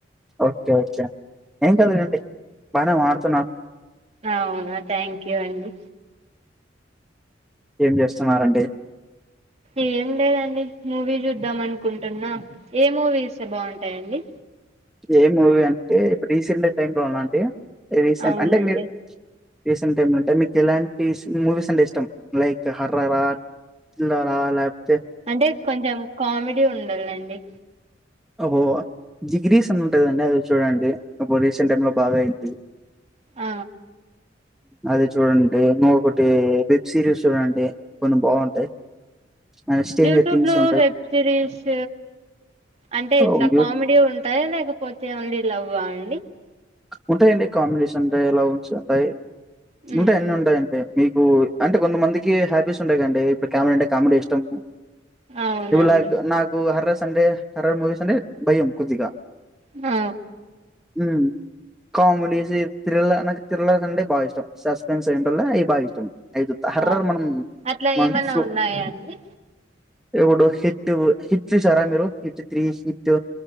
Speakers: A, in the centre; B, on the right.
A: ఓకే ఏం కాదు లెండి బానే మాట్లాడుత తున్న
B: అవునా థ్యాంక్ యూ అండి
A: ఏం చేస్తున్నారండి
B: ఏం లేదండి మూవీ చూద్దాం అనుకుంటున్నా ఏ మూవీ చూస్తే బాగుంటాదాండి.
A: ఏం మూవీ అంటే రీసెంట్ టైమ్ లో నా అండి. రీసెంట్
B: అవునండి
A: అంటే మీరు రీసెంట్ టైమ్ లో ఉంటే మీకు ఎలాంటి మూవీస్ అంటే ఇష్టం. లైక్ హార్రార హ థ్రిల్లర్ ఆ లేక్
B: అంటే కొంచెం కామెడీ ఉండాలండి.
A: అబ్బో ధి గిరిసం అని ఉంటదండి. అది చూడండి అప్పుడూ రీసెంట్ టీమ్లో బాగా అయింది.
B: ఆ
A: అది చూడండి ఇంకోకటి వెబ్ సిరీస్ చూడండి. కొన్ని బాగుంటాయి. అండ్ స్ట్రేంజర్
B: యూట్యూబ్
A: థింగ్స్
B: లో
A: ఉంటాయి
B: వెబ్ సిరీస్ అంటే ఇట్లా
A: ఓకే.
B: కామెడీ ఉం టయలేకపోతే ఓన్లీ లవ్వా అండి.
A: ఉంటాయండి. కాంబినేషన్ ఉంటాయి. లవ్స్ ఉంటాయి.
B: ఉమ్
A: ఉంటా అన్ని ఉంటాయండి. మీక్ అంటే కొంతమందికి హ్యాపీస్ ఉంటయి గదండి. ఇప్పుడు కెమెరా అంటే కామెడీ ఇష్టము.
B: అవునండి
A: ఇవల నాకు హర్రస్ అంటే హార్రార్ మూవిస్ అంటే భయం కొద్దిగా
B: హ్
A: ఉ కామెడీస్ థ్రిల్లర్ నాకు థ్రిల్లర్స్ అంటే బాగా ఇష్టం. సస్పెన్స్ ఏంటోల్లే ఇవి బాగా ఇష్టం. అవి చూత్తా హర్రర్
B: ఆ
A: మనం
B: అట్లా
A: మనం
B: ఏమన్నా
A: చూ
B: ఉన్నాయాండి.
A: ఇప్పుడు హిట్ హిట్ చూసారా మీరు హిట్ త్రీ హిట్